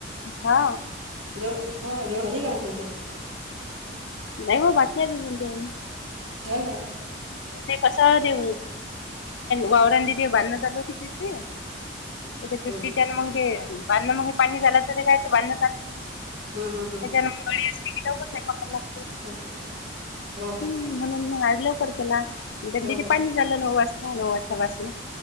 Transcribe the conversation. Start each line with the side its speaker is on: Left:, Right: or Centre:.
Left: हा
Right: जेव हा जेव नाही का मग तुमचे
Left: नाही ब बाकी आहेज जच्या मन
Right: ह ना
Left: ते कसं ते वावरंडी ते बांधण चालू होती तिथे पिपरीच्या
Right: हं,
Left: म्हे बांधण मे पाणी झालं तर ते कायचं बांधण चाल
Right: हं, हं, हं.
Left: ज मंगडी अस दऊ स पाका लाू
Right: होू हो हो,
Left: हम्म म्हणून मग आ लवकर केला
Right: हं,
Left: दिदी
Right: हं.
Left: पाणी झालं नऊ वाजला नऊ वाजपासून